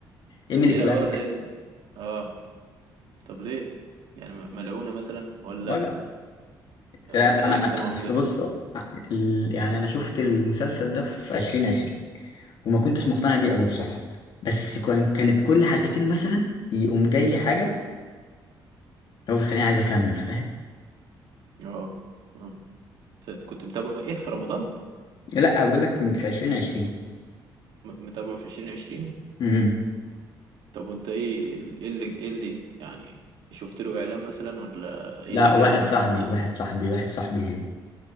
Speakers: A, on the left; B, on the right.
A: ايميلي
B: ليه
A: كلارك
B: اه ليه اه طب ليه يعني م- ملعونة مثلا ولا
A: بقى-
B: ولا
A: يعني انا
B: هي كده مولودة
A: اصل
B: كده
A: بص آه، ال- يعني انا شفت المسلسل ده في 2020 وما كنتش مقتنع بيه قوي بصراحه بس كان
B: مم.
A: كانت كل حلقتين مثلا يقوم جاي لي حاجه هو بتخليني عايز اكمل فاهم
B: اه مم. ف- كنت متابع ايه في رمضان
A: لا بقول لك في 2020
B: م- متابع في عشرين عشرين
A: امم
B: طب وانت ايه ال- ايه اللي ايه اللي يعني شفت له اعلان مثلا ولا ايه
A: لا
B: اللي جذبك
A: واحد صاحبي
B: للموضوع
A: واحد صاحبي واحد صاحبي